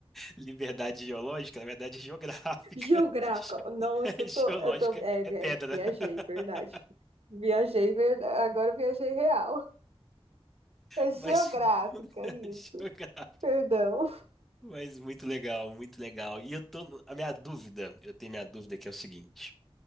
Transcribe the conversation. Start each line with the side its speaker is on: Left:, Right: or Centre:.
Centre: liberdade geológica, na verdade é geográfica.
Right: <laughs> Geográfica.
Centre: <laughs>
Right: Nossa, eu tô,
Centre: Geológica
Right: eu tô, é,
Centre: é pedra.
Right: é, viajei,
Centre: <laughs>
Right: verdade. Viajei, ver- agora eu viajei real. É geográfica,
Centre: Mas <laughs>
Right: isso.
Centre: geográfica.
Right: Perdão.
Centre: Mas muito legal, muito legal. E eu tô. no- A minha dúvida, eu tenho minha dúvida que é o seguinte: